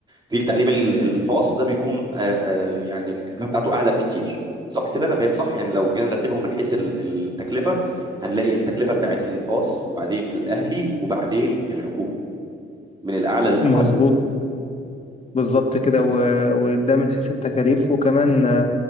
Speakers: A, on the right (about 20°); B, on the left (about 35°).
A: في التعليم ال- الخاص ده بيكون آه، آه، يعني التكلفه بتاعته اعلى بكتير صح كده انا فاهم صح يعني لو جينا نرتبهم من حيث ال- التكلفه هنلاقي التكلفة بتاعت الخاص وبعدين الأهلي وبعدين الحكومي من الأعلى للأقل
B: مظبوط بالظبط كده و- وده من حيث التكاليف وكمان آه،